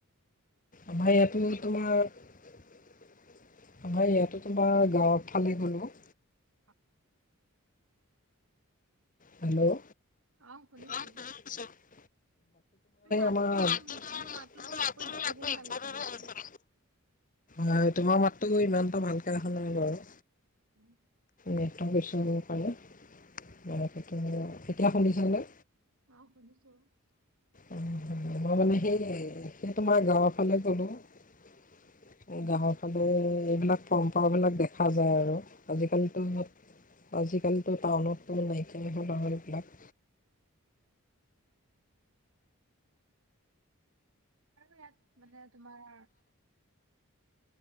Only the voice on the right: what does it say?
অ'
অ' শুনিছো
মাতো
তোমাৰ মোৰ মাতটো তোমাৰ আকৌ ই ভে আহিছে কিন্তু
উম
অ' শুনিছো
আৰু ইয়াত মানে তোমাৰ